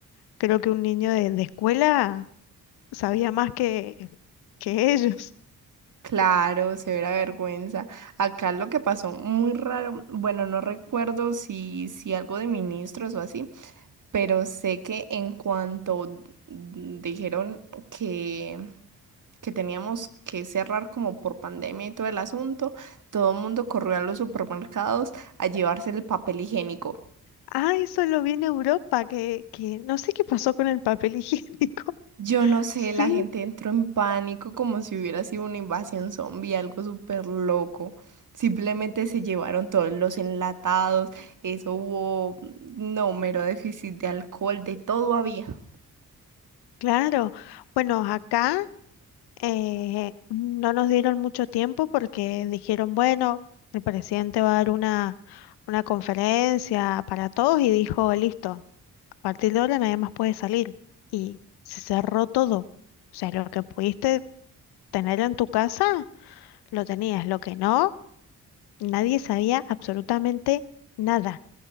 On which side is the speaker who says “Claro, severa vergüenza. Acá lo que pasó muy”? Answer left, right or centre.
Right